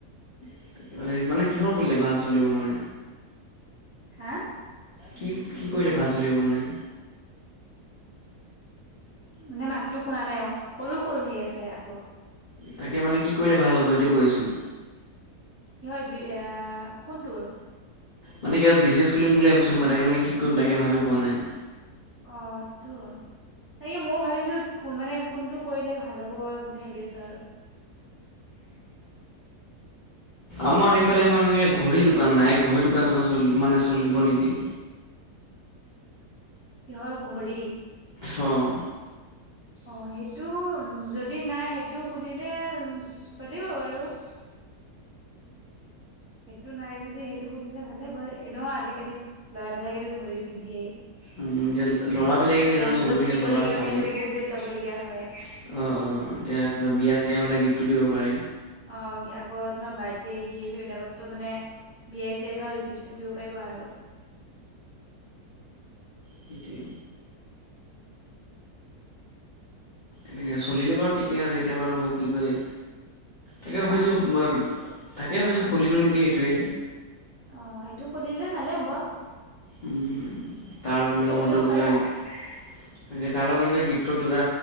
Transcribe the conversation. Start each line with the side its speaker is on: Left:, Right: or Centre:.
Left: <unintelligible> মানে কিহৰ খুলিলে ভাল চলিব মানে?
Right: হা
Left: কি কি কৰিলে ভাল চলিব মানে?
Right: মানে মাতটো শুনা নাই আৰু, <unintelligible> সেই আছে আকৌ।
Left: তাকে মানে কি কৰিলে ভাল হ'ব সেইটোৱে কৈ আছোঁ।
Right: কি হয় বি এ কোনটোৰ?
Left: মানে কিবা বিজনেছ খুলিম বুলি ভাবিছোঁ মই তাকে মানে কি কৰিম তাকে ভাবি পোৱা নাই।
Right: অ', সেইটো হয়, সেইয়ো মইয়ো ভাবিছোঁ মানে কোনটো কৰিলে ভাল হ'ব বুলি ভাবি আছো আৰু। <inaudible>
Left: আমাৰ ইফালে মানে এনেকে ঘড়ী দোকান নাই ঘড়ী দোকান চোকান চল মানে চলিব নেকি।
Right: <inaudible> কিহৰ ঘড়ী?
Left: অ',
Right: অ', সেইটো উম যদি নাই সেইটো খুলিলে, চলিব বাৰু। <inaudible> সেইটো নাই যদি সেইটো শুনিলে ভালে হব, এনেও আজিকালি লৰাবিলাকেটো ঘৰি পিন্ধেই।
Left: উম, লৰাবলাকে নি
Right: আৰু ধৰ
Left: চবেই পিন্ধে
Right: কিনিবলগীয়া
Left: লৰা ছোৱালী।
Right: হলেতো
Left: অ',
Right: বহুত দূৰত যাবলগীয়া হয়
Left: অ', এতিয়া কিবা বিয়া চয়া হ'লে গিফ্টটো দিব পাৰে।
Right: অ', আকৌ ধৰা বাৰ্থডে গিফ্ট সেইবিলাকতো মানে <unintelligible> হৈ গিফ্ট চিপট দিব পাৰিবা আৰু।
Left: সেইটোৱে। এনেকে চলিলে বাৰু ঠিকে আছে এতিয়া বাৰু কি কয় তাকে
Right: হা
Left: ভাবিছোঁ, তাকে ভাবিছোঁ খুলি দিওঁ নেকি সেইটোৱে
Right: অ সেইটো কৰিলে ভালে হ'ব।
Left: উম, তাৰ
Right: সেইটো
Left: লগতে
Right: খুলিব পাৰা
Left: কি তাৰ লগত কিবা গিফ্টৰ কিবা